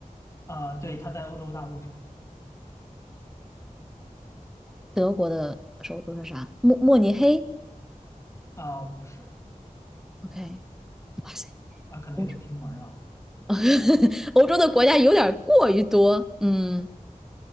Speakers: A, on the left; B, in the centre.
A: 啊，对，他在欧洲大陆上
B: 德国的首都是啥？慕慕尼黑
A: 啊、不是
B: ？OK，哇塞，
A: 啊、可能有点偏门儿啊，
B: 欧洲 <laughs> 欧洲的国家有点儿过于多。嗯，